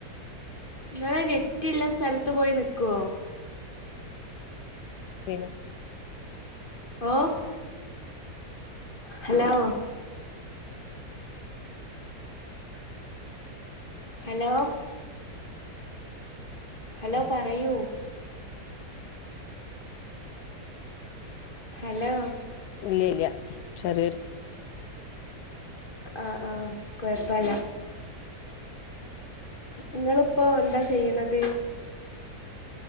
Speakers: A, on the left; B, on the left.
A: നിങ്ങള് നഞെറ്റില്ല സ്ഥലത്ത് പോയി നക്കുവോ
B: ഉ
A: ആഹ ഹലോ ഹലോ ഹലോ പറയൂ ഹലോ
B: ഇല്ല ഇല്ല ചെറിയൊരു
A: ആഹ ആഹ കുഴപ്പല്ല നിങ്ങളിപ്പോൊ എന്താ ചെയ്യണത്